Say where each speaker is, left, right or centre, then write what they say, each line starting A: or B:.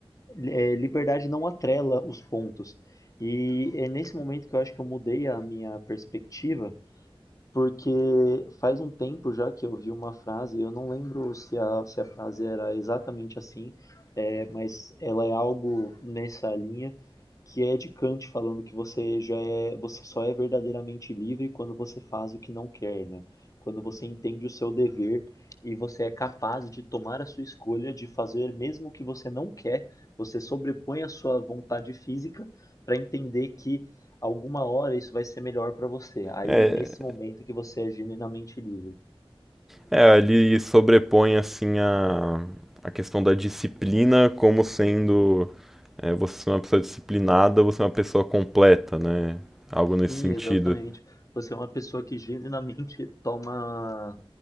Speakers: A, on the left; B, in the centre.
A: é, liberdade não atrela os pontos. E é nesse momento que eu acho que eu mudei a minha perspectiva porque faz um tempo já que eu vi uma frase, eu não lembro se a, se a frase era exatamente assim, é, mas ela é algo nessa linha que é de Kant falando que você já é, você só é verdadeiramente livre quando você faz o que não quer, né? Quando você entende o seu dever e você é capaz de tomar a sua escolha de fazer mesmo o que você não quer, você sobrepõe a sua vontade física para entender que alguma hora isso vai ser melhor para você. Aí,
B: É,
A: nesse momento que você é genuinamente livre.
B: é, ele sobrepõe assim a, a questão da disciplina como sendo é, você é uma pessoa disciplinada, você é uma pessoa completa, né? Algo nesse
A: Sim,
B: sentido.
A: exatamente. Você é uma pessoa que genuinamente toma,